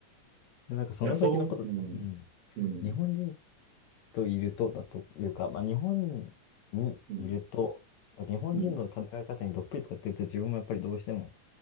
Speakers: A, on the left; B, on the right.
A: で、なんかその先のこと、
B: いや、そう、うん、
A: うん。
B: うん、
A: 日本人といるとだというか、まあ、日本にいると、
B: うん、
A: 日本人の考え方にどっぷり使ってると自分もやっぱりどうしても
B: うん、